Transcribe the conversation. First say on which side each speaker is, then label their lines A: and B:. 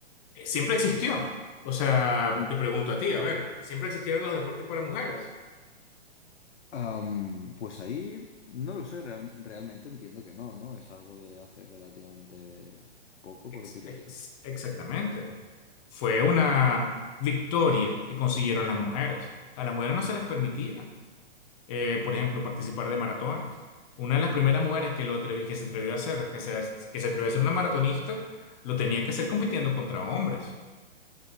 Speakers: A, on the left; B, on the left.
A: Eh, Siempre existió. O sea,
B: Mm.
A: te pregunto a ti, a ver, ¿siempre existieron los deportes para mujeres?
B: Am, pues ahí no lo sé, real- realmente entiendo que no, ¿no? Es algo de hace relativamente poco,
A: Ex-
B: por decirlo
A: ex-
B: así.
A: exactamente. Fue una victoria que consiguieron las mujeres. A las mujeres no se les permitía, eh, por ejemplo, participar de maratones. Una de las primeras mujeres que, lo atrevi- que se atrevió a hacer, que se, que se atrevió a ser una maratonista, lo tenía que hacer compitiendo contra hombres.